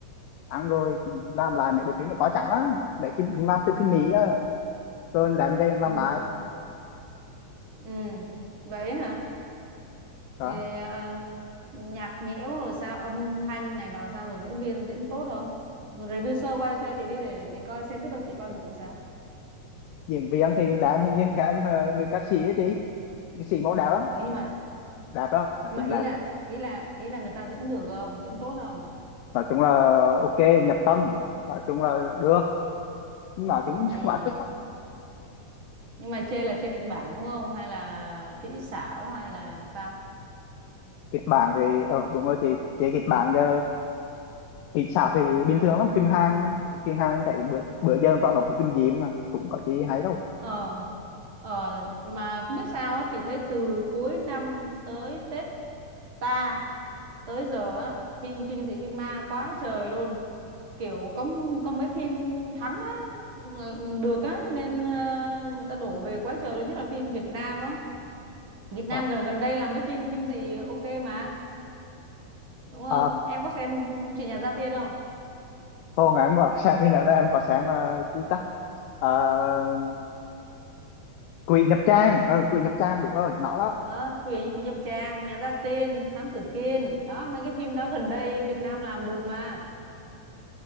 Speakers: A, on the left; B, on the right.
A: ăn rồi làm lại mấy bộ phim là có chẳng lắm mấy phim làm từ phim Mỹ á rồi đem về làm
B: ừ
A: lại
B: ừ vậy á hả
A: đó
B: Ê, ờ, nhạc nhẽo rồi sao âm thanh này nọ sao rồi diễn viên diễn tốt không review sơ qua cho chị đi để chị coi xem biết đâu chị coi được thì sao
A: diễn viên thì đem hình như đem ờ, nữ ca sĩ á chị Nữ sĩ mẫu đẹp lắm
B: ừ nhưng mà
A: đẹp đó nói
B: nhưng
A: chung
B: mà ý
A: đẹp
B: là ý là ý là người ta diễn được không diễn tốt không
A: nói chung là ok nhập tâm nói chung là được nói chung
B: ừ
A: quá xuất sắc
B: nhưng mà chê là chê kịch bản đúng không hay là kỹ xảo hay là sao
A: kịch bản thì ờ đúng rồi chị chị kịch bản cho thì sao thì bình thường lắm phim Hàn mà phim Hàn em thấy bữa bữa giờ toàn đọc phim gì không à cũng có gì hay đâu
B: ờ ờ mà không biết sao á chị thấy từ cuối năm tới Tết ta tới giờ á phim kinh dị phim ma quá trời luôn kiểu có có mấy phim thắng á ừ, được á nên ờ, người ta đổ về quá trời luôn nhất là phim Việt Nam á Việt Nam
A: Ờ.
B: gần gần đây làm mấy phim kinh dị ok mà đúng không
A: à,
B: em có xem ừ, chuyện nhà gia tiên không
A: cô ngày em có <laughs> xem phim nào đó em có xem ờ, chi ta Ờ, Quỷ Nhập Trang ừ, Quỷ Nhập Trang đúng rồi nó đó
B: ờ quỷ quỷ nhập tràng nhà gia tiên thám tử Kiên đó mấy cái phim đó gần đây Việt Nam làm được mà